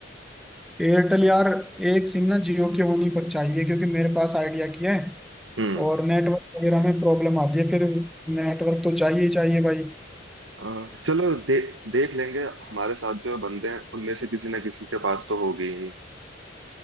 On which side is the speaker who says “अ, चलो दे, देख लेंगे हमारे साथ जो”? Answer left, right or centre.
Right